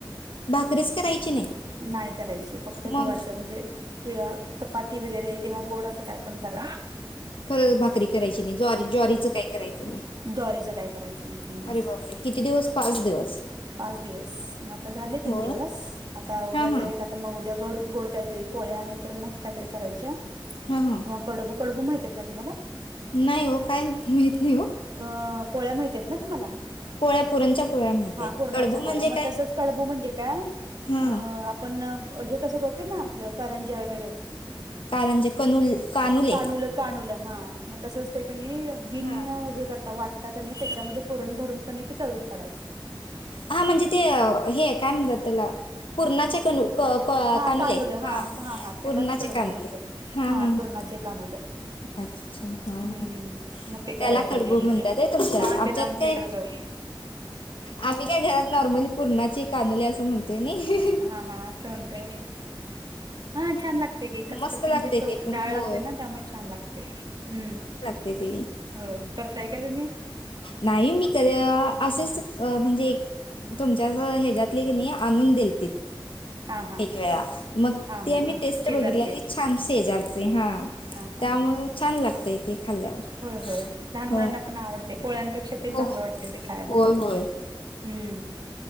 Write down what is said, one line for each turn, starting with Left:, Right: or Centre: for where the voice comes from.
Left: भाकरीच करायची नाही
Right: नाही करायची फक्त
Left: मग
Right: गवा्हाच म्हणजे प चपाती वगैरे किंवा गोड असं काय पण करा
Left: खरं भाकरी करायची नाही ज्वारी ज्वारीच काही करायचं नाही.
Right: स्टॉरीच काय करायचं नाही हम्.
Left: अरे बापरे किती दिवस पाच दिवस
Right: पाच दिवस मग आता झाले तीन
Left: होय
Right: दिवस आता उद्याचा
Left: हा हा
Right: एक आता मग उद्या गोड गोड काहीतरी पोळ्या नाही तरर मग काहीतरी करायच्या
Left: ह ह
Right: क कडू कडब माह आहेत ना तु्हाला
Left: नाही हो काय माहीत नाही हो.
Right: अ पोळ्या माहिती आहेत ना तुम्हाला
Left: पोळ्या पुरणच्या पोळ्या माहित
Right: हा
Left: आहेत
Right: पूर्णाच्या
Left: कडबू
Right: पोळ्या
Left: म्हणजे
Right: मग
Left: काय
Right: तसच कडबू म्हणजे काय? अं
Left: हा
Right: आपण हे कसं करतोय ना आपलं करंजे वगैरे
Left: कारंजे कनुल कानुले
Right: कानू कानूल हा मग तसच तेणी बि
Left: हा
Right: हे कर. वाटता क त्याच्यामध्ये पुरण भरून क ते तळून काढायची.
Left: हा म्हणजे ते हे काय म्हणतात त्याला पूर्णाच्या का?
Right: हा
Left: कानुले
Right: काणूलं
Left: हा
Right: हा त्यालाच
Left: पूर्णाचे
Right: कडबू
Left: कानुले
Right: म्हणतात
Left: हा हा
Right: पुरणाचे
Left: ह
Right: काणूलं
Left: अच्छा हा
Right: हम्म
Left: ह
Right: मग ते
Left: त्याला
Right: करायचं
Left: खडबू
Right: उद्या नियोजन
Left: म्हणतात आहे तुमच्यात
Right: हा
Left: आमच्यात
Right: त्याला आमच्याकडे
Left: काय?
Right: बघू
Left: आम्ही काय घरात नॉर्मली पूर्णाचे कानोले असं म्हणतोय न
Right: हा हा अस असं उते. हा छान लागते की कचकत
Left: मस्त लागतंय
Right: म्हणजे तो
Left: ते पण
Right: डाळ
Left: होय
Right: लागते ना त्यामुळे छान लागते हम्म.
Left: ते ते
Right: हो करताय का तुम्ही?
Left: नाही मी कध असंच. म्हणजे तुमच्या हच्यातले की नाही आणून देतील.
Right: हा हा
Left: एक वेळा मग...
Right: हा
Left: ते
Right: हा
Left: आम्ही,
Right: हा
Left: टेस्ट
Right: शेजारचे
Left: बघितलेले... छान शेजारचे... हा...
Right: हा हा
Left: त्यामुळे छान लागतंय ते खाल्ल्यावर
Right: होय होय... लहान मुलांना
Left: हो
Right: पण आवडते... पोळ्यांपेक्षा ते
Left: हो
Right: चांगलं वाटते, ते खायला
Left: होय होय
Right: हम्म...